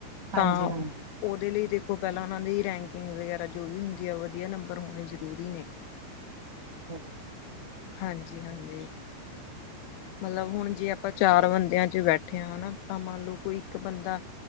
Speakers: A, on the right; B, on the left.
A: ਹਾਂਜੀ
B: ਤਾਂ।
A: ਹਾਂਜੀ
B: ਉਹਦੇ ਲਈ ਦੇਖੋਂ ਪਹਿਲਾਂ ਉਹਨਾਂ ਦੀ ਰੈਂਕਿੰਗ ਵਗ਼ੈਰਾ ਜੋ ਵੀ ਹੁੰਦੀਂ ਆ ਵਧੀਆਂ ਨੰਬਰ ਹੋਣੇਂ ਜ਼ਰੂਰੀ ਨੇਂ। <inaudible>
A: <unintelligible>
B: ਹਾਂਜੀ-ਹਾਂਜੀ। ਮਤਲਬ ਹੁਣ ਜੇ ਆਪਾਂ ਚਾਰ ਬੰਦਿਆਂ ਚ ਬੈਠੇ ਉਠਿਆਂ ਹਨਾ ਤਾਂ ਮੰਨ ਲਓ ਕੋਈ ਇੱਕ ਬੰਦਾਂ